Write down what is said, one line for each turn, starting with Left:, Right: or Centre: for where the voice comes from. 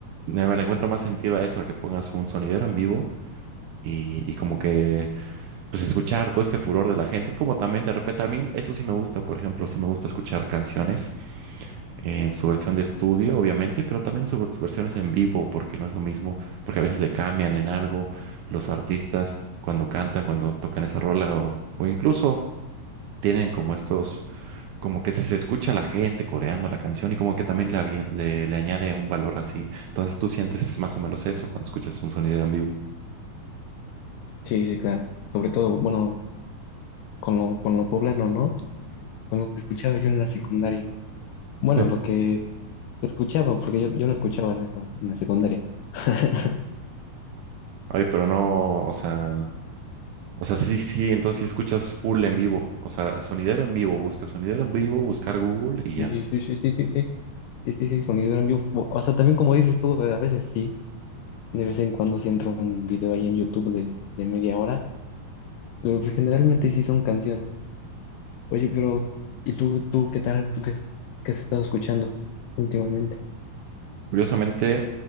Right: me le encuentro más sentido a eso, a que pongas un sonidero en vivo y, y como que pues escuchar todo este furor de la gente. Es como también de repente a mí, eso sí me gusta, por ejemplo, sí me gusta escuchar canciones en su versión de estudio, obviamente, pero también su, sus versiones en vivo, porque no es lo mismo, porque a veces le cambian en algo los artistas cuando cantan, cuando tocan esa rola o, o incluso... Tienen como estos, como que si se escucha a la gente coreando la canción y como que también le, avie- le, le añade un valor así. Entonces tú sientes más o menos eso cuando escuchas un sonidero en vivo.
Left: Sí, sí, claro. Sobre todo, bueno, con lo, con lo poblano, ¿no? con lo que escuchaba yo en la secundaria. Bueno,
Right: <laughs>
Left: lo que se escuchaba, porque yo, yo no escuchaba en eso, en la secundaria. <laughs>
Right: Ay, pero no, o sea, O sea, sí, sí, entonces sí escuchas full en vivo. O sea, sonidero en vivo, busca sonidero en vivo, buscar Google y
Left: Sí,
Right: ya.
Left: sí, sí, sí, sí, sí, sí. Sí, sí, sí, sonido en vivo. O o sea, también como dices tú, a veces sí, de vez en cuando sí entra un video ahí en YouTube de, de media hora, pero pues generalmente sí son canciones. Oye, pero, ¿y tú, tú qué tal? ¿Tú qué, has- qué has estado escuchando últimamente?
Right: Curiosamente,